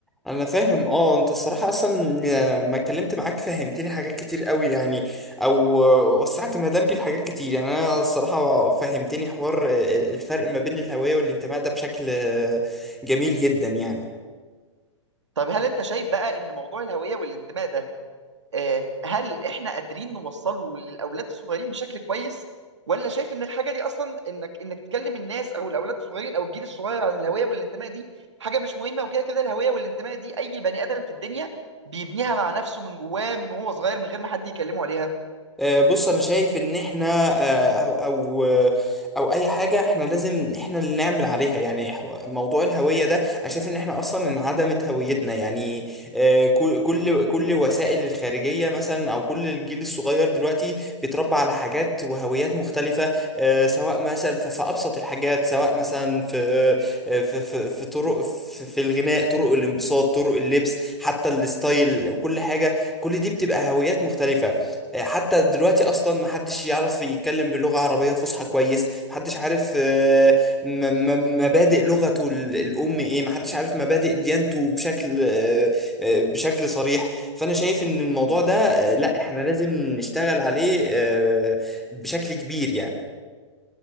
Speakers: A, in the centre; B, on the right.
A: انا فاهم اه انت الصراحه اصلا يعني لما اتكلمت معاك فهمتني حاجات كتير قوي يعني او وسعت مدارجي لحاجات كتير يعني انا الصراحه فهمتني حوار الفرق ما بين الهويه والانتماء ده بشكل جميل جدا يعني
B: طب هل انت شايف بقى ان موضوع الهويه والانتماء ده آه، هل احنا قادرين نوصله للاولاد الصغيرين بشكل كويس ولا شايف ان الحاجه دي اصلا انك انك تكلم الناس او الاولاد الصغيرين او الجيل الصغير عن الهويه والانتماء دي حاجه مش مهمه وكده كده الهويه والانتماء دي اي بني ادم في الدنيا بيبنيها مع نفسه من جواه من وهو صغير من غير ما حد يكلمه عليها
A: آه، بص انا شايف ان احنا آه، او او او اي حاجه احنا لازم احنا اللي نعمل عليها يعني حو- موضوع الهويه ده انا شايف ان احنا اصلا انعدمت هويتنا يعني آه، كل كل كل وسائل الخارجيه مثلا او كل الجيل الصغير دلوقتي بيتربى على حاجات وهويات مختلفه آه، سواء مثلا ف- في ابسط الحاجات سواء مثلا في آه، في في, في طرق في, في الغناء طرق الانبساط طرق اللبس حتى الستايل وكل حاجه كل دي بتبقى هويات مختلفه حتى دلوقتي اصلا محدش يعرف يتكلم بلغة عربية فصحى كويس محدش عارف آه، م- م- مبادئ لغته ال- الام ايه محدش عارف مبادئ ديانته بشكل آه، آه، بشكل صريح فانا شايف ان الموضوع ده آه، لا احنا لازم نشتغل عليه آه، بشكل كبير يعني